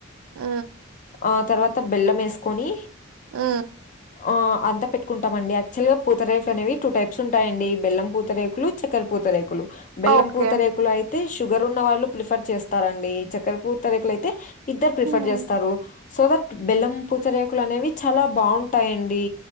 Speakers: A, on the right; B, on the left.
A: ఆ
B: ఆ తర్వాత బెల్లం వేసుకొని
A: ఉ
B: ఆ అంత పెట్టుకుంటామండి ఆక్చువల్ గా పూతరేకులు అనేవి టూ టైప్స్ ఉంటాయ్ అండి బెల్లం పూతరేకులు చక్కర పూత రేకులు బెల్లం
A: ఓకే
B: పూతరేకులు అయితే షుగర్ ఉన్న వాళ్ళు ప్రిఫర్ చేస్తారండి చక్కెర పూతరేకులు అయితే ఇద్దర్ ప్రిఫర్
A: హ్మ్
B: చేస్తారు సోదట్ బెల్లం పూతరేకులు అనేవి చాలా బాగుంటాయ్ అండి